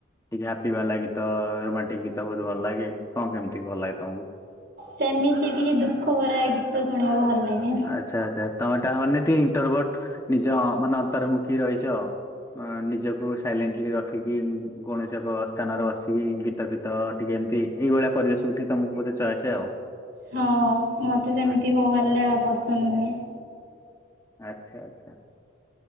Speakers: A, on the left; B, on the right.
A: ଟିକେ ହାପି ବାଲା ଗୀତ ରୋମାଣ୍ଟିକ ଗୀତ ବହୁତ ଭଲ ଲାଗେ। କଣ କେମିତି ଭଲ ଲାଗେ ତମକୁ?
B: ସେମିତି ଟିକେ ଦୁଃଖ ଭରା ଗୀତ ଶୁଣିବାକୁ ଭଲ ଲାଗେ।
A: ଆଚ୍ଛା ଆଚ୍ଛା ତମେ ତା ମାନେ ଟିକେ ଇଣ୍ଟରଭଟ ନିଜ ମାନେ ଅନ୍ତର୍ମୁଖୀ ରହିଛ ଆଉ। ଅ ନିଜକୁ ସାଇଲେଣ୍ଟଲି ରଖିକି, କୌଣସି ଏକ ସ୍ଥାନରେ ବସିକି ଗୀତ ଫିତ ଟିକେ ଏମତି ଏଇଭଳିଆ ପରିବେଶକୁ ଟିକେ ତମକୁ ବୋଧେ ଚଏସ ଆଉ।
B: ହଁ ମତେ ସେମିତି
A: ଆଚ୍ଛା
B: ହୋ ହାଲା ପସନ୍ଦ ନୁହେଁ।
A: ଆଚ୍ଛା ଆଚ୍ଛା।